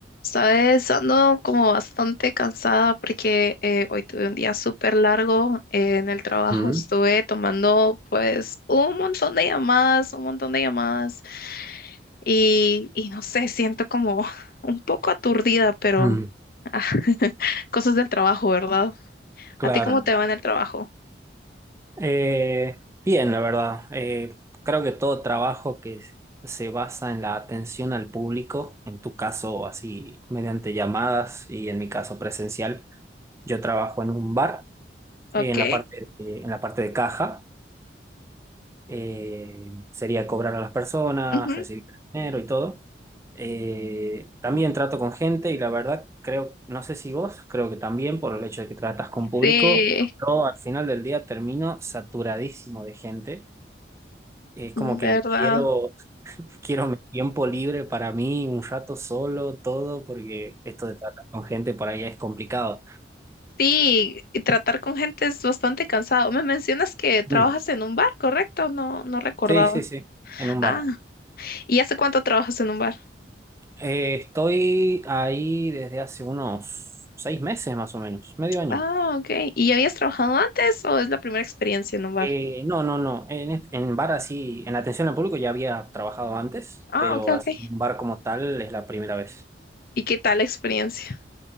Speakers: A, on the left; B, on the right.
A: Sabes, ando como bastante cansada porque eh, hoy tuve un día súper largo eh, en el trabajo.
B: Mm,
A: Estuve tomando pues un montón de llamadas, un montón de llamadas y, y no sé, siento como <laughs> un poco aturdida, pero
B: Mm,
A: ah, <laughs> cosas del trabajo, ¿verdad?
B: claro.
A: ¿A ti cómo te va en el trabajo?
B: Eh, bien, la verdad. Eh, creo que todo trabajo que s- se basa en la atención al público, en tu caso así mediante llamadas y en mi caso presencial, yo trabajo en un bar,
A: Ok.
B: eh, en la parte de- en la parte de caja. eh, sería cobrar a las personas,
A: Ujú.
B: recibir dinero y todo. Eh, también trato con gente y la verdad creo, no sé si vos, creo que también por el hecho de que tratas con público,
A: Sí,
B: yo al final del día termino saturadísimo de gente. Es
A: ¿verdad?
B: como que quiero, <laughs> quiero mi tiempo libre para mí, un rato solo, todo, porque esto de tratar con gente por ahí es complicado.
A: Sí, y tratar con gente es bastante cansado. Me mencionas que trabajas
B: Mm.
A: en un bar, ¿correcto? No, no recordaba.
B: Sí, sí, sí, en un
A: Ah,
B: bar.
A: ¿y hace cuánto trabajas en un bar?
B: Eh, estoy ahí desde hace unos seis meses más o menos, medio año.
A: Ah, ok. ¿Y ya habías trabajado antes o es la primera experiencia en un bar?
B: Eh, no, no, no. En, est- en bar así, en atención al público ya había trabajado antes,
A: Ah,
B: pero
A: ok, ok.
B: así en un bar como tal es la primera vez.
A: ¿Y qué tal la experiencia?